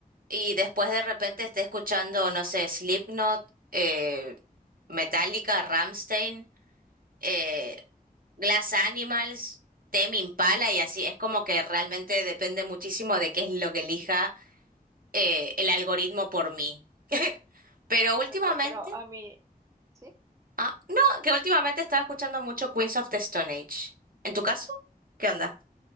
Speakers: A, on the right; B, on the right.
A: y después de repente esté escuchando, no sé, Slipknot, eh, Metallica, Rammstein eh, Glass Animals, Tame Impala y así. Es como que realmente depende muchísimo de qué es lo que elija eh, el algoritmo por mí. <laughs> Pero últimamente,
B: Ay, no, pero a mí, sí.
A: ah, no, que últimamente estaba escuchando mucho Queens of the Stone Age. ¿En tu caso? ¿Qué onda?